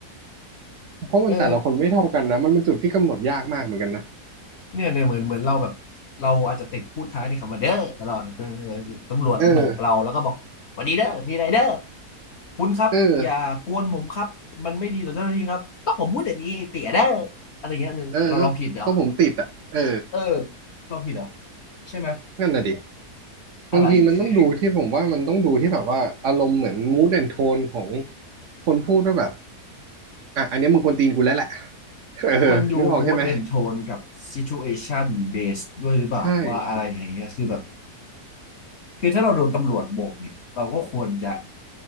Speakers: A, on the right; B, on the left.
A: เพราะมันแต่ละคนไม่เท่ากันนะมันเป็นจุดที่กำหนดยากมากเหมือนกันนะ
B: เออเนี่ยเนี่ยเหมือนเหมือนเราแบบเราอาจจะติดพูดท้ายในคำว่าเด้อตลอดเออตำรวจโบกเราแล้วก็บอกสวัสดีเด้อมีอะไรเด้อ
A: เออ
B: คุณครับอย่ากวนผมครับมันไม่ดีต่อเจ้าหน้าที่ครับก็ผมพูดอย่างนี้เตี่ยเด้อ
A: เออ
B: อะไรเงี้ยเนี่ยเราเราผิดเหรอ
A: เออก็ก็ผมติดอ่ะเออ
B: เออเราผิดเหรอใช่ไหม
A: นั่นน่ะดิ
B: อะไรคือ
A: บางทีมันต้องดูที่ผมว่ามันต้องดูที่แบบว่าอารมณ์เหมือน mood and tone ของคนพูดว่าแบบอ่ะอันเนี้ยมึงกวนตีนกูแล้วแหละเออนึกออกใช่ไหม
B: มันอยู่ mood and tone กับ situation based ด้วยหรือเปล่าว่าอะไรอย่างเงี้ยคือแบบ
A: ใช่
B: คือถ้าเราโดนตำรวจโบกเนี่ยเราก็ควรจะ